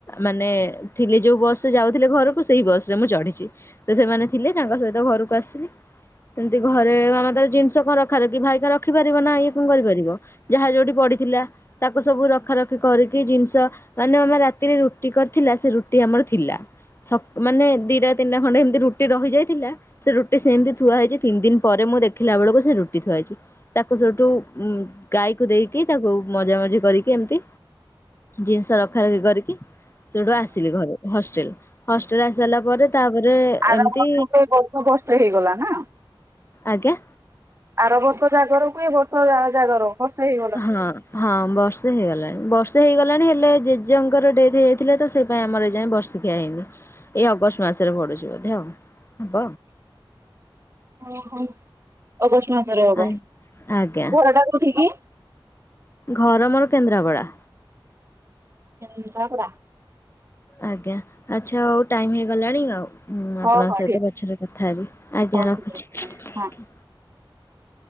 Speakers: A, on the left; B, on the right.
A: ମାନେ ଥିଲେ ଯୋଉ ବସ ରେ ଯାଉଥିଲେ ଘରକୁ ସେଇ ବସ ରେ ମୁଁ ଚଢିଛି ତ ସେମାନେ ଥିଲେ ତାଙ୍କ ସହିତ ଘରକୁ ଆସିଲି, ସେମତି ଘରେ ମାମା ତାର ଜିନିଷ କଣ ରଖାରଖି ଭାଇ ତାର ରଖିପାରିବ ନା ଇଏ କଣ କରିପାରିବ। ଯାହା ଯଉଠି ପଡି ତାକୁ ସବୁ ରଖା ରଖି କରିକି ଜିନିଷ ମାନେ ଆମେ ରାତିରେ ରୁଟି କରିଥିଲା ସେ ରୁଟି ଆମର ଥିଲା ମାନେ ଦିଟା ତିନିଟା ଖଣ୍ଡେ ଏମତି ରୁଟି ରହିଯାଇଥିଲା ସେ ରୁଟି ସେମିତି ଥୁଆ ହେଇଛି ତିନି ଦିନ ପରେ ମୁଁ ଦେଖି ଖିଲା ବେଳକୁ ସେ ରୁଟି ଥୁଆ ହେଇଛି ତାକୁ ସେଠୁ ଉ ଗାଈକୁ ଦେଇକି ତାକୁ ମଜା ମଜି କରିକି ଏମିତି ଜିନିଷ ରଖା ରଖି କରିକି ସେଠୁ ଆସିଲି ଘରୁ ହଷ୍ଟେଲ ହଷ୍ଟେଲ ଆସି ସାରିଲା ପରେ ତାପରେ
B: ଆର
A: ଏମିତି
B: ବର୍ଷ କୁ ଏ ବର୍ଷ ବର୍ଷେ ହେଇଗଲା ନା।
A: ଆଜ୍ଞା।
B: ଆର ବର୍ଷ ଜାଗରକୁୁ ଏ ବର୍ଷ ତ ଯାହା ଜାଗର ହେଇଗଲା।
A: ହଁ ହଁ ବର୍ଷେ ହେଇଗଲାଣି ବର୍ଷ ସେ ହେଇଗଲାଣି ହେଲେ ଜେଜେଙ୍କର ଡେଥ ହେଇଯାଇଥିଲା ତ ସେଇ ପାଇଁ ଆମର ଏଇଯାଏ ବର୍ଷିକିଆ ହେଇନି ଏଇ ଅଗଷ୍ଟ ମାସରେ ପଡୁଛି ବୋଧେ ଆଉ। ହବ
B: ଓ ହୋ। ଅଗଷ୍ଟ ମାସରେ ହବ
A: ଆ ଆଜ୍ଞା
B: ଘରଟା କୋଉଠିକି?
A: ଘର ମୋର କେନ୍ଦ୍ରାପଡା।
B: କେନ୍ଦ୍ରାପଡ଼ା।
A: ଆଜ୍ଞା ଆଚ୍ଛା ଆଉ ଟାଇମ ହେଇଗଲାଣି ଆଉ ହୁଁ
B: ହଁ
A: ଆପଣଙ୍କ
B: ହଁ
A: ସହିତ
B: ଠିକ
A: ପଛରେ କଥା ହେବି ଆଜ୍ଞା
B: ହଉ
A: ରଖୁଛି।
B: ଠିକ ଅଛି ହଁ।